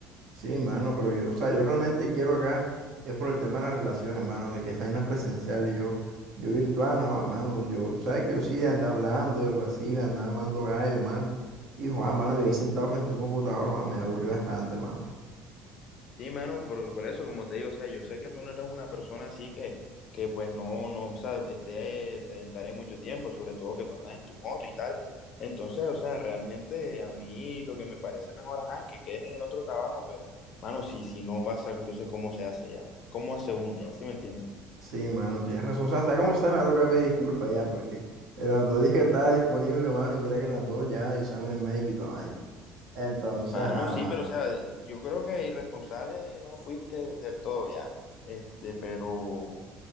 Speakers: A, on the right; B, on the left.
A: Sí, mano, pero yo, o sea, yo realmente quiero acá, es por el tema de las relaciones, mano, de que esa vaina es presencial y yo, yo virtual, no, mano, yo, sabes que yo sí de andar hablando del vacile, andar amando gallo, mano, y Juan, mano, y ahí sentado frente a un computador, Juan, me aburrí bastante, mano.
B: Sí, mano, porque por eso, como te digo, o sea, yo sé que tú no eres una persona así que, que pues no, no, o sea, esté sedentaria mucho tiempo, sobre todo que tú andas en tu moto y tal. Entonces, o sea, realmente a mí lo que me parece mejor, ajá, es que quedes en el otro trabajo, pero, mano, si, si no pasa, entonces, ¿cómo se hace ya? ¿Cómo hace
A: Oh,
B: uno ya? ¿Sí me entiendes?
A: Sí, mano, tienes razón, o sea, ¿sabes cómo se me va a tocar pedir disculpas ya? Porque en las dos días que estaba disponible, mano, y mira que en las dos ya exámenes médicos y toda vaina. Entonces,
B: Mano,
A: ajá,
B: sí,
A: mano.
B: pero, o sea, yo creo que irresponsable no fuiste del todo ya, este, pero...